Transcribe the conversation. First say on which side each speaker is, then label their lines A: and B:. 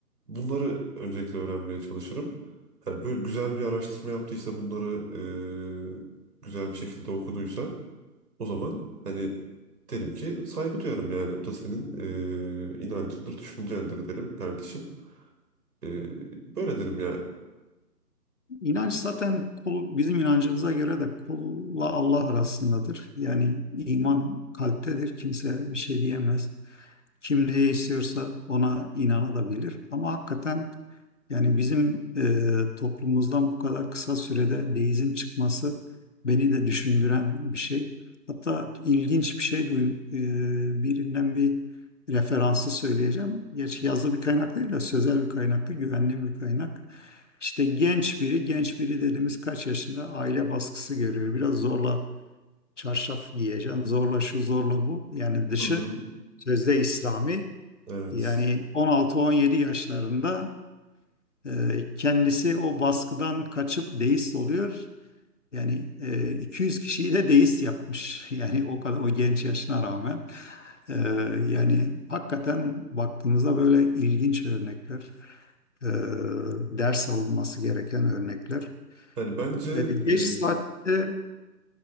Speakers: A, on the right; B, on the left.
A: Bunları öncelikle öğrenmeye çalışırım. Ha, böyle güzel bir araştırma yaptıysa bunları e, güzel bir şekilde okuduysa o zaman hani derim ki saygı duyarım yani. O da senin e, inancındır, düşüncendir derim kardeşim. E, böyle derim yani.
B: İnanç zaten kul, bizim inancımıza göre de kulla Allah arasındadır. Yani iman kalptedir. Kimse bir şey diyemez. Kim ne istiyorsa ona inanabilir. Ama hakikaten Yani bizim e, toplumumuzdan bu kadar kısa sürede deizm çıkması beni de düşündüren bir şey. Hatta ilginç bir şey duyum, e, birinden bir referansı söyleyeceğim. Gerçi yazılı bir kaynak değil de sözel bir kaynaktı, güvenli bir kaynak. İşte genç biri, genç biri dediğimiz kaç yaşında aile baskısı görüyor. Biraz zorla çarşaf giyeceksin, zorla şu, zorla bu. Yani dışı
A: Hı hı.
B: sözde İslami.
A: Evet.
B: Yani 16-17 yaşlarında e, kendisi o baskıdan kaçıp deist oluyor. Yani e, 200 kişiyi de deist yapmış. <laughs> Yani o kadar o genç yaşına rağmen. E, yani hakikaten baktığımızda böyle ilginç örnekler. E, ders alınması gereken örnekler.
A: Yani bence
B: E, geç
A: e,
B: saatte